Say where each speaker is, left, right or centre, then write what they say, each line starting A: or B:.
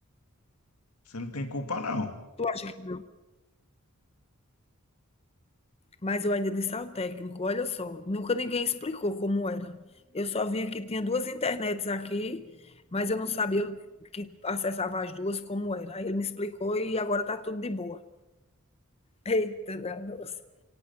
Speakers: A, on the left; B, on the left.
A: Você não tem culpa não.
B: Tu acha que... Mas eu ainda disse ao técnico, olha só, nunca ninguém explicou como era. Eu só vim aqui, tinha duas internets aqui, mas eu não sabia que acessava as duas como era. Aí ele me explicou e agora tá tudo de boa. Eita, nossa.